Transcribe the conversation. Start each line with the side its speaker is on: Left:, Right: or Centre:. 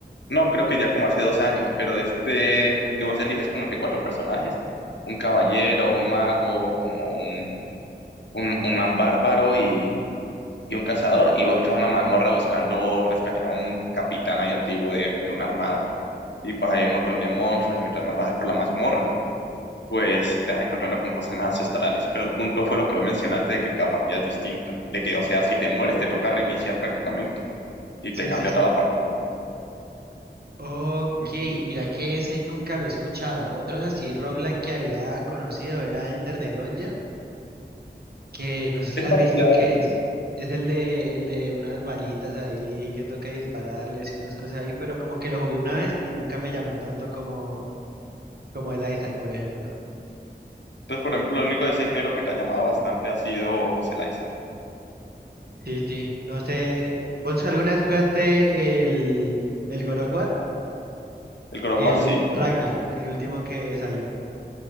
Left: no, creo que ya como hace dos años, pero este que vos eliges como entre cuatro personajes, un caballero, un mago, como un, un, un man bárbaro y, y un cazador, y vos entras a una mazmorra buscando rescatar a un capitán ahí antiguo de, de una armada. y pues hay un montón de monstruos y mientras más bajas por la mazmorra, pues te vas encontrando con cosas más ancestrales. Pero el punto fue lo que vos mencionaste de que cada partida es distinta, de que, o sea, si te mueres te toca reiniciar prácticamente y
Right: Sí,
Left: te cambia
Right: sí, sí.
Left: toda la partida.
Right: Ok,
Left: Mm,
Right: mira que ese nunca lo he escuchado. Otros así roguelike que había conocido era Enter the Gungeon, que no sé si
Left: Es
Right: lo
Left: parecido
Right: has visto que
Left: a eso.
Right: es es el de el de unas balitas ahí que toca dispararles y unas cosas ahí, pero como que lo jugué una vez y nunca me llamó tanto como como el Isaac, por ejemplo.
Left: Entonces, por ejemplo, lo único de ese género que te ha llamado bastante ha sido pues, el Isaac.
Right: Sí, sí, no sé, ¿vos alguna vez jugaste el, el God of War?
Left: El God of
Right: El
Left: War, sí.
Right: Ragnarok,
Left: O-
Right: el último que salió.